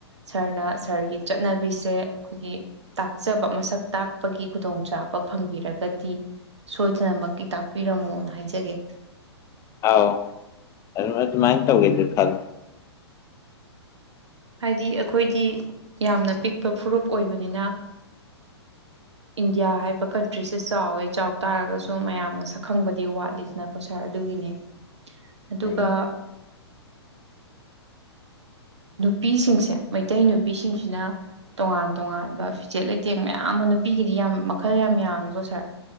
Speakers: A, on the right; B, on the left.
A: ꯁꯥꯔꯅ ꯁꯥꯔꯒꯤ ꯆꯠꯅꯕꯤꯁꯦ ꯑꯩꯈꯣꯏꯒꯤ ꯇꯥꯛꯆꯕ ꯃꯁꯛ ꯇꯥꯛꯄꯒꯤ ꯈꯨꯗꯣꯡꯆꯥꯕ ꯐꯪꯕꯤꯔꯒꯗꯤ ꯁꯣꯏꯗꯅꯃꯛꯀꯤ ꯇꯥꯛꯄꯤꯔꯝꯃꯣꯅ ꯍꯥꯏꯖꯒꯦ
B: ꯑꯥꯎ ꯑꯗꯨ ꯑꯗꯨꯃꯥꯏꯅ ꯇꯧꯒꯦꯁ ꯈꯜ
A: ꯍꯥꯏꯗꯤ ꯑꯩꯈꯣꯏꯗꯤ ꯌꯥꯝꯅ ꯄꯤꯛꯄ ꯐꯨꯔꯨꯞ ꯑꯣꯏꯕꯅꯤꯅ ꯏꯟꯗꯤꯌꯥ ꯍꯥꯏꯕ ꯀꯟꯇ꯭ꯔꯤꯁꯦ ꯆꯥꯎꯋꯦ ꯆꯥꯎ ꯇꯥꯔꯒꯁꯨ ꯃꯌꯥꯝꯅ ꯁꯛꯈꯪꯕꯗꯤ ꯋꯥꯠꯂꯤꯗꯅꯀꯣ ꯁꯥꯔ ꯑꯗꯨꯒꯤꯅꯦ ꯑꯗꯨꯒ
B: ꯎꯝ
A: ꯅꯨꯄꯤꯁꯤꯡꯁꯦ ꯃꯩꯇꯩ ꯅꯨꯄꯤꯁꯤꯡꯁꯤꯅ ꯇꯣꯉꯥꯟ ꯇꯣꯉꯥꯟꯕ ꯐꯤꯖꯦꯠ ꯂꯩꯇꯦꯡ ꯃꯌꯥꯝ ꯑꯃ ꯅꯨꯄꯤꯒꯤꯗꯤ ꯌꯥꯝ ꯃꯈꯜ ꯌꯥꯝ ꯌꯥꯝꯃꯤꯀꯣ ꯁꯥꯔ